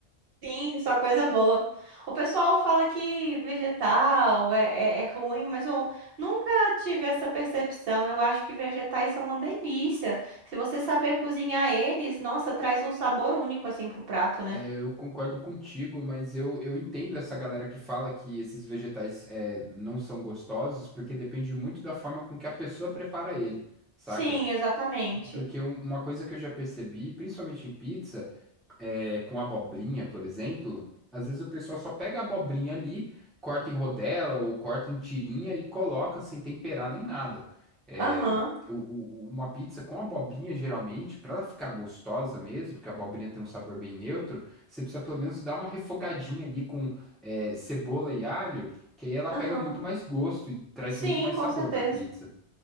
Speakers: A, on the right; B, in the centre.
A: Sim, só coisa boa. O pessoal fala que vegetal é, é, é ruim, mas eu nunca tive essa percepção. Eu acho que vegetais são uma delícia. Se você saber cozinhar eles, nossa, traz um sabor único assim pro prato, né?
B: Eu concordo contigo, mas eu, eu entendo essa galera que fala que esses vegetais é, não são gostosos, porque depende muito da forma com que a pessoa prepara ele, saca?
A: Sim, exatamente.
B: Porque um- uma coisa que eu já percebi, principalmente em pizza, é, com abobrinha, por exemplo, às vezes o pessoal só pega a abobrinha ali, corta em rodela ou corta em tirinha e coloca sem temperar nem nada. É,
A: Aham,
B: o- o- uma pizza com abobrinha, geralmente, para ela ficar gostosa mesmo, porque a abobrinha tem um sabor bem neutro, você precisa pelo menos dar uma refogadinha ali com é, cebola e alho, que aí ela pega
A: aham.
B: muito mais gosto e traz
A: Sim,
B: muito mais
A: com
B: sabor
A: certeza.
B: para pizza.